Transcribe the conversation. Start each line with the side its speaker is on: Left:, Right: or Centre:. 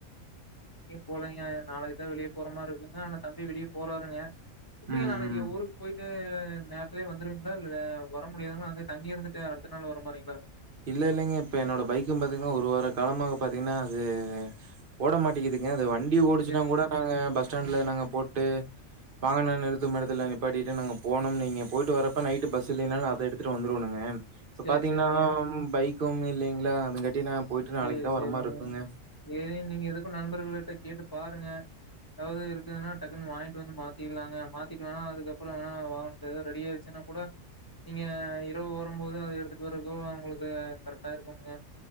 Left: போலீங்க நாளைக்கு தா வெளியே போற மாரி இருக்குங்க ஆனா தம்பி வெளிய போற <unintelligible> ப்படிங்க
Right: ம்,
Left: நாளைக்கு
Right: ம்.
Left: ஊருக்கு போயிட்டு <unintelligible> நேரத்துலியே வந் துருந்தா வாஹ் வர முடியாதுங்க அங் தங்கி இருந்துட்டு அடுத்த நாள் வர மாரிங்களா
Right: இல்ல இல்லைங்க இப்ப என்னோட பைக்கும் பாத்தீங்கன்னா ஒரு வார காலமா பாத்தீங்கன்னா அது ஓட மாட்டிக்கிதுங்க அது வண் டி ஓடுச்சன்னா
Left: சேரிங்க
Right: கூட நாங்க பஸ் ஸ்டேண்டுல நாங்க போட்டு வாகன நிறுத்தும் இடத்தில நிப்பாடிட்டு நாங்க போனோம்னு வைங்க போயிட்டு வரப்போ நைட்டு பஸ் இல்லைனாலு அத எடுத்துட்டு வந்துருவோ நாங்க இப்ப
Left: சேரி
Right: பாத்தீங்கன்னா
Left: சேரிங்க
Right: பைக்கும் இல்லைங்களா அதுங்காட்டி நா போயிட்டு
Left: சேரி
Right: நாளைக்கு தா
Left: சேரிங்க
Right: வர மாரி இருக்குங்க
Left: சேரி நீங்க எதுக்கு நண்பர்கள கேட்டு பாருங்க எதாவுது இருக்குதுனா டக்குனு வாங்கிட்டு வந்து மாத்திர்லாங்க மாத்திட்டு வேணா அதுக்கப்புற வேணா வாகனத்த ஏதோ ரெடியாயிச்சுனா கூட நீங்க இரவு வரும் போது அத எடுத்துட்டு வரதுக்கு உங்களுக்கு கரெக்டா இருக்குங்க